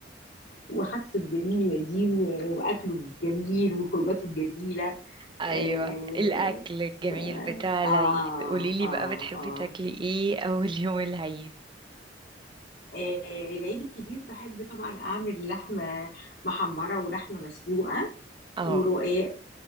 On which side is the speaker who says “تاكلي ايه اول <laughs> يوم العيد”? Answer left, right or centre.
Right